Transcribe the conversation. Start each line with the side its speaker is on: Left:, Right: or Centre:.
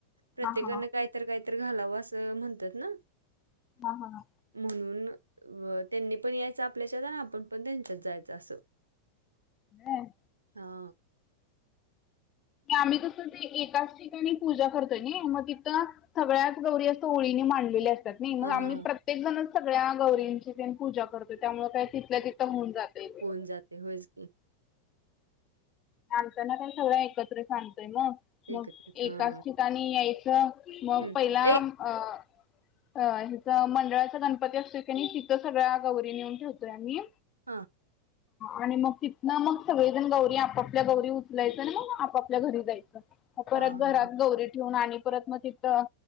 Right: प्रत्येकान
Left: हां हां
Right: कायतरं कायतरं घालावं असं म्हणतात ना
Left: हा हा ह
Right: म्हणून त्यांनी पण यायचं आपल्याच्यात आणि आपण पण त्यांच्यात जायचं असं
Left: हम्
Right: हा
Left: आम्ही कस ते एकाच ठिकाणी पूजा करतोय नी मग तिथं सगळ्याच गौरी असं ओळीने मांडलेली असतात नाही मग
Right: हां.
Left: आम्ही प्रत्येक जण सगळ्या गौरींची पूजा करतो त्यामुळे काही तिथल्या तिथं होऊन जातंय ते
Right: जातंय होय हो
Left: आमच्याना काय सगळं एकत्र सांगतोय मग
Right: एकत्रच.
Left: मग
Right: हां.
Left: एकाच ठिकाणी यायचं मग
Right: हं.
Left: पहिला
Right: ए
Left: अ अ हिचं मंडळाचा गणपती असतोय कणी तिथं सगळ्या गौरी नेऊन ठेवतोय आम्ही
Right: हा
Left: आणि मग तिथन मग सगळेजण गौरी आपण आपल्या गौरी उचलायचं आणि मग आपापल्या घरी जायचं परत
Right: हां,
Left: घरात
Right: हां, हां.
Left: गौरी ठेवून आणि त मग तिथं